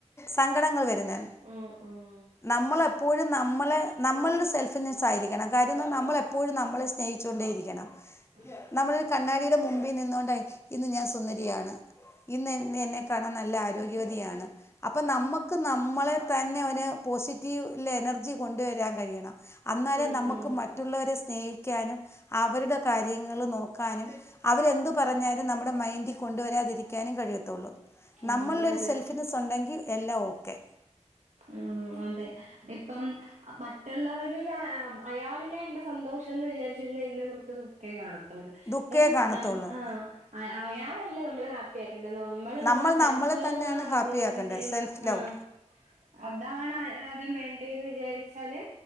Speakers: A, on the left; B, on the right.
A: സങ്കടങ്ങൾ വരുന്നെ
B: ഉം ഉം
A: നമ്മളെപ്പോഴും നമ്മളെ നമ്മൾൽ സെൽഫിനെസായിരിക്കണം കാര്യംന്തെന്നാ നമ്മളെപ്പോഴും നമ്മളെ സ് സ്നേഹിച്ചോണ്ടേ ഇരിക്കണം
B: ഉ
A: നമ്മളൊരു കണ്ണാടിടെ മുമ്പി നിന്നോണ്ടെ ഇന്ന് ഞാൻ സുന്നരിയാണ് ഇന്നെന്നെ എന്നെ കാണാൻ നല്ല ആരോഗ്യവതിയാണ് അപ്പം നമ്മക്ക് നമ്മളെ തന്നെ ഒരു പോസിറ്റീവ് ലെനർജി കൊണ്ടുവരാൻ കഴിയണം അന്നാലേ
B: ഉം
A: നമ്മക്ക്
B: ഉം
A: മറ്റുള്ളവരെ സ്നേഹിക്കാനും അവരുടെ കാര്യങ്ങള് നോ ക്കാനും അവരെന്ത് പറഞ്ഞാലും നമ്മുടെ മൈൻഡി കൊണ്ടുവരാതിരിക്കാനും കഴിയത്തൊള്ളൂ
B: ഉം
A: നമ്മൾലൊര്
B: അതെ
A: സെല്ഫിനസൊണ്ടെങ്കി എല്ലാം ഓക്കെ
B: ഉം അതെ ഇപ്പം അഹ് മറ്റുള്ളവരിലായ അയാളിലെ എന്റെ സന്തോഷംന്ന് വിചാരിച്ചിരുന്നേ ഇന്ന് നമുക്ക് ദു ഖേ കാണത്തൊള്ളൂ
A: ദുഃഖേ
B: ഇപ്പം
A: കാണത്തുള്ളൂ
B: നമ് ആഹ് അയാ അയാളല്ല നമ്മളെ ഹാപ്പ് പ്പിയാക്കണ്ടെ നമ്മള് തന്നെ
A: നമ്മൾ
B: സെൽഫ്
A: നമ്മളെ
B: ലൗവാണ്
A: തന്നെയാണ് ഹാപ്പി
B: ആദ്യം
A: ആക്കേണ്ടത്
B: വേണ്ടേന്ന്
A: സെൽഫ് ലവ്
B: ആഹ് അതാണാ അഹ് ആദ്യം വേണ്ടേന്ന് വിചാരിച്ചാല്